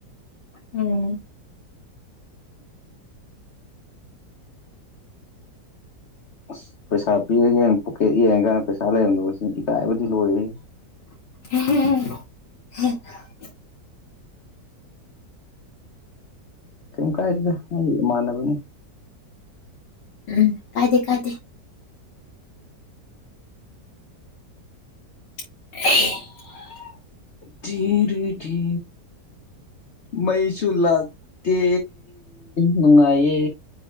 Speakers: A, on the left (about 80°); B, on the left (about 40°).
A: ꯎꯝ
B: ꯑꯁ ꯄꯩꯁꯥ ꯄꯤꯔꯒꯦꯅ ꯄꯣꯀꯦꯠ ꯌꯦꯡꯉ ꯀꯥꯟꯗ ꯄꯩꯁꯥ ꯂꯩꯔꯝꯗ ꯁꯤꯅ ꯏꯀꯥꯏꯕꯗꯤ ꯂꯣꯏꯔꯤ <inaudible>
A: <inaudible>
B: ꯀ ꯀꯥꯏ ꯃꯥꯅꯕꯨꯅꯤ
A: ꯎꯝ ꯀꯥꯗꯦ ꯀꯗꯦ <inaudible>
B: ꯊꯔꯤ ꯊ ꯃꯩꯁꯨ ꯂꯥꯛꯇ ꯅꯨꯡꯉꯥꯏꯌꯦ